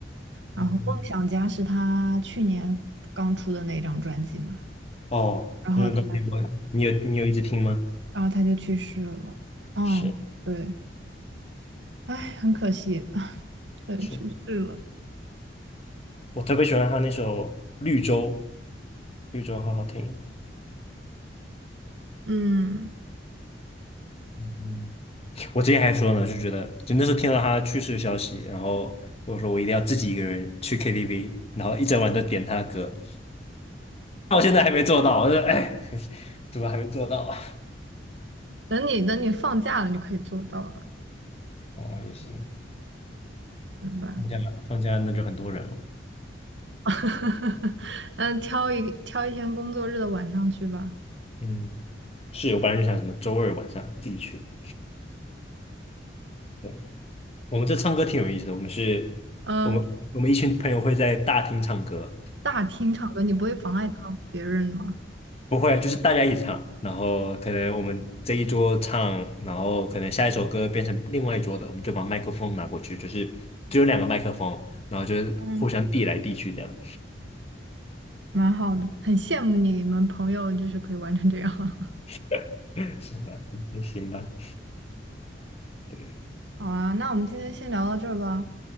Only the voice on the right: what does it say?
然后《梦想家》是他去年刚出的那一张专辑嘛，
然后他
然后他就去世了。嗯，
对，哎，很可惜，<laughs> 对，
去世了。
嗯，
等你等你放假了，你就可以做到了，
明白？
<laughs> 嗯，挑一挑一天工作日的晚上去吧。
嗯，
大厅唱歌，你不会妨碍到别人吗？
嗯，蛮好的，很羡慕你们朋友，就是可以玩成这样。<laughs>
好啊，那我们今天先聊到这儿吧。